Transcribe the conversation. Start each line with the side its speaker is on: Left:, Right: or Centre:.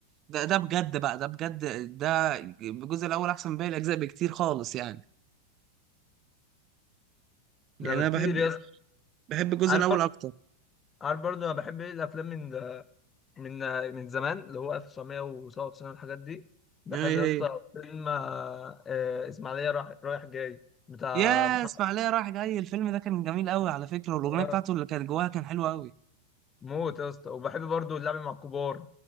Right: ده ده بجد بقى ده بجد ده الجزء الاول احسن من باقي الاجزاء بكتير خالص يعني يعني
Left: ده بكتير
Right: انا بحب
Left: يا اسطى
Right: بحب الجزء
Left: عارف
Right: الاول
Left: بر-
Right: اكتر
Left: عارف برضه انا بحب ايه الافلام من من من زمان اللي هو 1997 والحاجات دي بحب
Right: هي
Left: يا
Right: هي
Left: اسطى فيلم آه، آه، اسماعيليه رايح رايح جاي بتاع
Right: يا
Left: محمد
Right: اسماعيليه رايح جاي الفيلم ده كان جميل قوي على فكره والاغنيه
Left: آه،
Right: بتاعته اللي كانت جواها كان حلوه قوي
Left: موت يا اسطى وبحب برضو اللعب مع الكبار